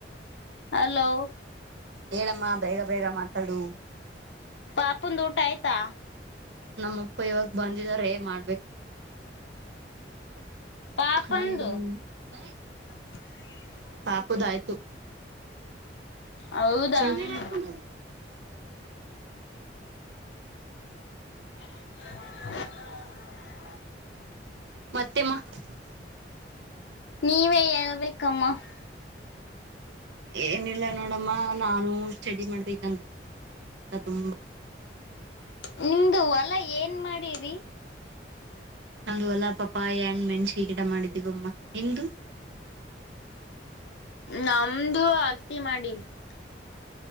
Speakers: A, on the left (about 80°); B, on the right (about 80°).
A: ಹಲೋ
B: ಹೇಳಮ್ಮ ಬೇಗ ಬೇಗ ಮಾತಾಡು
A: ಪಾಪಂದು ಊಟ ಆಯ್ತಾ
B: ನಮ್ಮಪ್ಪ, ಇವಾಗ ಬಂದಿದಾರೆ, ಮಾಡ್ಬೇಕು? <unintelligible>
A: ಪಾಪಂದು
B: ಅನನ್ಯ, ಬಂದು ಇದರು. <unintelligible>
A: <inaudible> <unintelligible>
B: ಪಾಪುದಾಯಿತು. <inaudible>
A: ಹೌದಾ
B: ಬಟ್ಟೆ ಮೇಲೈಕಿಬಿಡು.
A: ಹ್ಮ್.
B: <unintelligible>
A: <inaudible> <unintelligible>
B: ಮತ್ತೆಮ್ಮ? <unintelligible>
A: ನೀವೇ, ಎಳ್ಬೇಕಮ್ಮ! <unintelligible>
B: ಏನಿಲ್ಲ, ನೋಡಮ್ಮ ನಾನು ಸ್ಟಡಿ ಮಾಡ್ಬೇಕಂತ ತುಂಬಾ? <unintelligible>
A: ನಿಮ್ದು ಹೊಲ ಏನ್ ಮಾಡೀರಿ? <unintelligible>
B: ನಮು, ಹೊಲ್ಲಾ ಮೆಣ್ಸಿ. ಗಿಡ ಮಾಡಿದ್ದೀವಮ್ಮ ನಿಮ್ದು? <unintelligible>
A: ನಮ್ದು ಹತ್ತಿ ಮಾಡಿವಿ. <unintelligible>